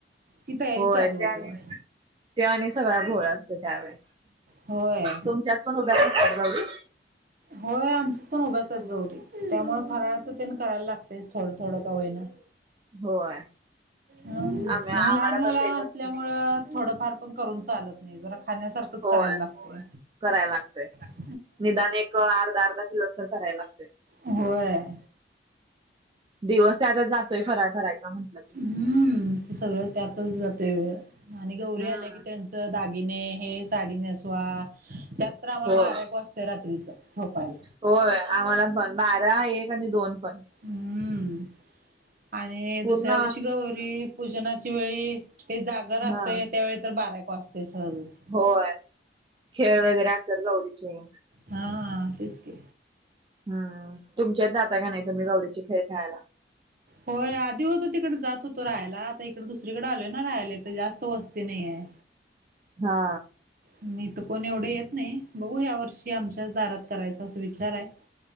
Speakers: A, on the right (about 50°); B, on the right (about 25°).
A: ती तयारी
B: होय
A: चालू
B: ते
A: होतेया.
B: आणि ते आणि सगळा्या घोळ असतो, त्यावेेळेस
A: होय.
B: तुमच्यात पण उभ्या असतात गवरी?
A: होय, आमचं आमच्या त पण उभ्याच आहेतगौरी, त्यामुळे फराारचं तेन करायला लागतच, थोडं, थोडं का विहिना,
B: होय.
A: आणि,
B: आम्ही आम्हाला
A: लहान मुला
B: पण तेच
A: असल्यामुळं,
B: असतंय
A: थोडंफार पण करून चालत नाही, जरा खाण्यासारखंच
B: होय
A: करायला लागत
B: करायला लागतंय.
A: य,
B: निदान एक, अर्धा, अर्धा किलो च तरी करायला लागतय,
A: होय,
B: दिवस यातच जातोय, फराळ करायचा म्हटलं की,
A: हम्म, ते सगळं त्यातच जाते वेळ, आणि गौरी
B: हम्म
A: आल्या की त्यां तेच दागिने हे, साडी नेसवा, त्यात तर आम्हाला
B: होय
A: बारा, एक वाजते, रात्रीच झोपायला.
B: होय, आम्हाला पण, बारा, एक, आणि दोन पण.
A: हम्म, आणि
B: पूर्ण
A: दुसऱ्या दिवशी, गौरी पूजनाची वेळी, ते जागर
B: हा
A: असतय, त्यावेळी तर बाराक वाजतोय सहजच.
B: होय, खेळ वगैरे असतात गौरीचे.
A: हा हा, तेच की.
B: हम्म, तुमच्यात जाता का नाही तुम्ही गौरीचे खेळ खेळायला?
A: होय, आधी होतो तिकड जात होतो राहायला, आता इकडे दुसरीकडे आलोय ना, राहायला इथं जास्त वस्ती ती नाहीयं.
B: हा.
A: म इथं कोण एवढे येत नाही, बघू ह्या वर्षी आमच्याच दारात करायचा असं विचार आहे.